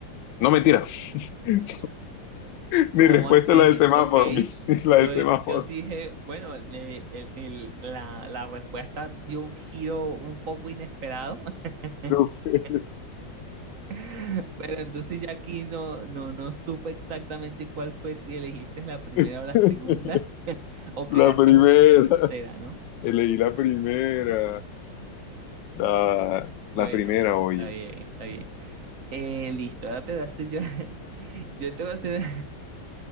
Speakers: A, on the left; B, on the right.
A: No, mentira. <laughs> Mi
B: ¿Cómo
A: respuesta
B: así?
A: es la del semáforo.
B: Ok.
A: mi- <laughs> la
B: Yo,
A: del semáforo.
B: yo sí dije, bueno, le- el- el- la, la respuesta dio un giro un poco inesperado. <laughs>
A: No, sé.
B: <laughs> Pero entonces ya aquí no, no, no supe exactamente cuál fue, si elegiste la primera
A: <laughs>
B: o la segunda, <laughs> o
A: La
B: creaste
A: primera.
B: una tercera, ¿no?
A: Elegí la primera. La,
B: Bueno,
A: la primera,
B: bueno,
A: oye.
B: está bien, está bien. Eh, listo, ahora te voy a hacer yo, <laughs> yo te voy a hacer,